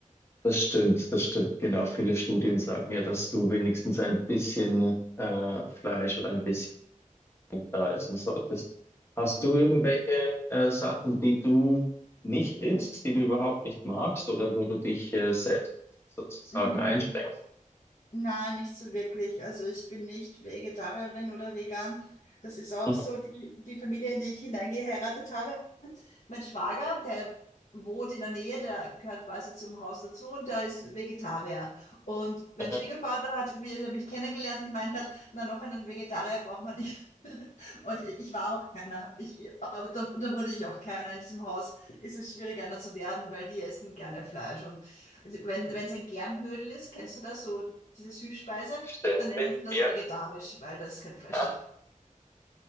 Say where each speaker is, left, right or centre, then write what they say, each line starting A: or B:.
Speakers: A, on the left; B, on the left.
A: das stimmt, das stimmt. Genau, viele Studien sagen ja, dass du wenigstens ein bisschen äh, Fleisch oder ein bisschen da essen solltest. Hast
B: Mhm.
A: du irgendwelche äh, Sachen, die du nicht isst, die du überhaupt nicht magst oder wo du dich äh, selbst sozusagen
B: Mhm.
A: einschränkst?
B: Nein, nicht so wirklich. Also ich bin nicht Vegetarierin oder vegan. Das ist auch
A: Mhm,
B: so die, die Familie, in die ich hineingeheiratet habe. Mein Schwager, der wohnt in der Nähe, der gehört quasi zum Haus dazu und der ist Vegetarier. Und mein
A: mhm.
B: Schwiegervater hat, wie er mich kennengelernt, gemeint hat, na, noch einen Vegetarier braucht man nicht. <laughs> Und i- ich war auch keiner. Ich, aber da, da wurde ich auch keiner. In diesem Haus ist es schwierig, einer zu werden, weil die essen gerne Fleisch. Und also wenn, wenn es ein Germknödel ist, kennst du das, so diese Süßspeise,
A: Verständlich,
B: dann nennen sie das
A: ja,
B: vegetarisch, weil da ist kein Fleisch
A: ach,
B: drin.